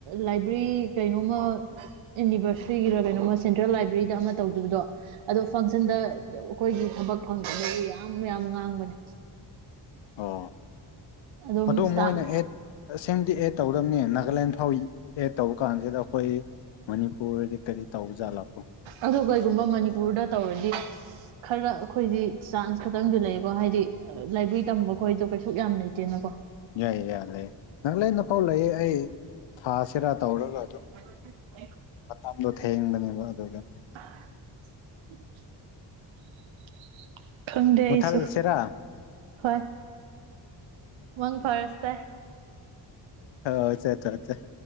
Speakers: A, on the right; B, on the left.
A: ꯂꯥꯏꯕ꯭ꯔꯦꯔꯤ ꯀꯩꯅꯣꯃ ꯏꯅꯤꯚꯔꯁꯤꯇꯔꯤꯒꯤꯔ ꯀꯩꯅꯣꯝꯃ ꯁꯦꯟꯇ꯭ꯔꯦꯜ ꯂꯥꯏꯕ꯭ꯔꯦꯔꯤꯗ ꯑꯃ ꯇꯧꯈꯤꯕꯗꯣ ꯑꯗꯣ ꯐꯪꯁꯟꯗ ꯑꯩꯈꯣꯏꯒꯤ ꯊꯕꯛ ꯐꯪꯕꯗ ꯌꯥꯝ ꯌꯥꯝ ꯉꯥꯡꯕꯅꯦ
B: ꯑꯣ
A: ꯑꯗꯨꯝ
B: ꯑꯗꯣ
A: ꯏꯁꯇꯥꯞ
B: ꯃꯣꯏꯅ
A: ꯃꯌꯥꯝ
B: ꯑꯦꯠ ꯁꯦꯝꯗꯤ ꯑꯦꯠ ꯇꯧꯗꯕꯅꯦ ꯅꯥꯒꯥꯂꯦꯟ ꯐꯥꯎ ꯑꯦꯗ ꯇꯧꯕ ꯀꯥꯟꯁꯤꯗ ꯑꯩꯈꯣꯏ ꯃꯅꯤꯄꯨꯔꯗꯤ ꯀꯔꯤ ꯇꯧ ꯖꯥꯠꯂꯛꯄꯣ
A: ꯑꯗꯣ ꯀꯩꯒꯨꯝꯕ ꯃꯅꯤꯄꯨꯔꯗ ꯇꯧꯔꯗꯤ ꯈꯔ ꯑꯩꯈꯣꯏꯗꯤ ꯆꯥꯟꯁ ꯈꯇꯪꯗꯤ ꯂꯩꯀꯣ ꯍꯥꯏꯗꯤ ꯂꯥꯏꯕ꯭ꯔꯦꯔꯤ ꯇꯝꯕ ꯈꯣꯁꯨ ꯀꯩꯁꯨ ꯌꯥꯝ ꯂꯩꯇꯦꯅꯀꯣ
B: ꯌꯥꯏ ꯌꯥꯏ ꯂꯩ ꯅꯥꯒꯥꯂꯦꯟꯗꯐꯥꯎ ꯂꯩꯌꯦ ꯑꯩ ꯊꯥꯁꯤꯔꯥ ꯇꯧꯔꯒ
A: <unintelligible>
B: ꯑꯗꯨꯝ <unintelligible> ꯊꯦꯡꯕꯅꯦꯕ ꯑꯗꯨꯒ
A: <unintelligible>
B: <unintelligible>
A: ꯑꯩꯁꯨ
B: ꯁꯤꯔ
A: ꯍꯣꯏ ꯃꯪ ꯐꯔꯁ ꯇꯥꯏ
B: <unintelligible>